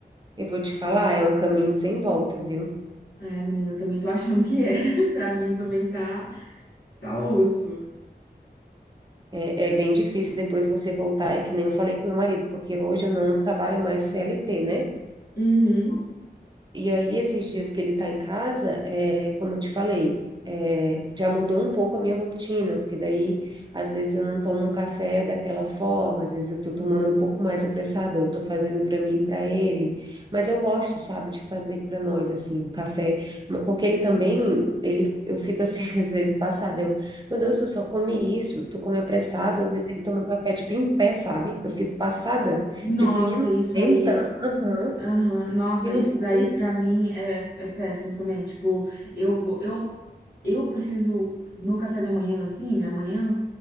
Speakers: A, on the right (about 25°); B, on the left (about 85°).
A: eu vou te falar, é um caminho sem volta, viu?
B: Ai, menina, eu também tô achando que é. <laughs> Pra mim também tá tá osso.
A: É, é bem difícil depois você voltar. É que nem eu falei com meu marido, porque hoje eu não trabalho mais CLT, né?
B: Uhum.
A: E aí, esses dias que ele está em casa, é, como eu te falei, é, já mudou um pouco a minha rotina, porque daí, às vezes, eu não tomo um café daquela forma, às vezes eu estou tomando um pouco mais apressado, eu estou fazendo para mim e para ele. Mas eu gosto, sabe, de fazer para nós, assim, o café, porque ele também, ele, eu fico assim, <laughs> às vezes, passada, eu, meu Deus, tu só come isso, tu come apressado, às vezes ele toma um café, tipo, em pé, sabe? Eu fico passada,
B: Nossa,
A: digo, menino,
B: isso
A: senta,
B: aí.
A: aham,
B: Aham, Nossa,
A: menino,
B: isso
A: senta.
B: daí pra mim é, é péssimo também. Tipo, eu, go- eu, eu preciso. Meu café da manhã, assim, minha manhã,